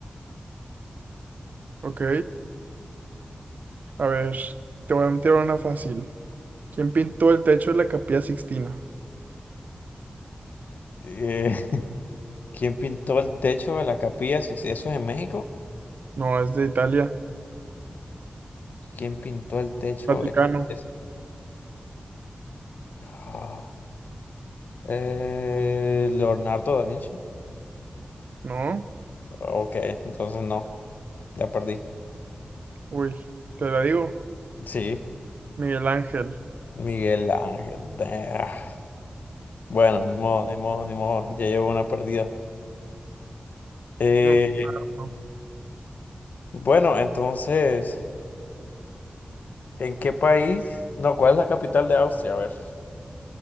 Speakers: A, on the right (about 70°); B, on the left (about 85°).
A: Ok, a ver, te voy a tirar una fácil. ¿Quién pintó el techo de la Capilla Sixtina?
B: Eh, ¿Quién pintó el techo de la capilla? Six- ¿Eso es en México?
A: No, es de Italia.
B: ¿Quién pintó el techo?
A: Vaticano.
B: Es- es- Ah, eh, Leonardo da Vinci.
A: ¿No?
B: Ok, entonces no, ya perdí.
A: Uy, te la digo.
B: Sí,
A: Miguel Ángel.
B: Miguel Ángel. Ah, Bueno, ni modo, ni modo, ni modo. Ya llevo una perdida. Eh,
A: No, no.
B: bueno, entonces, ¿en qué país? No, ¿cuál es la capital de Austria? A ver.